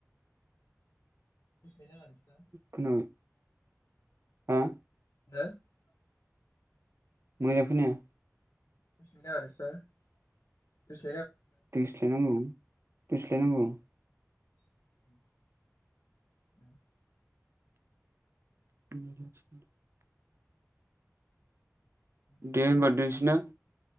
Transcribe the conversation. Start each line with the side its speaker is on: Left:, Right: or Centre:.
Left: <unintelligible>
Right: खोनाबाय हा
Left: <unintelligible>
Right: मोजां खोनाया
Left: दोस्लायनाङा नोंसिना
Right: दोस्लायनांगौ दोस्लायनांगौ
Left: <inaudible>
Right: <inaudible>
Left: नोंस्रा
Right: दे होनबा दोनसैना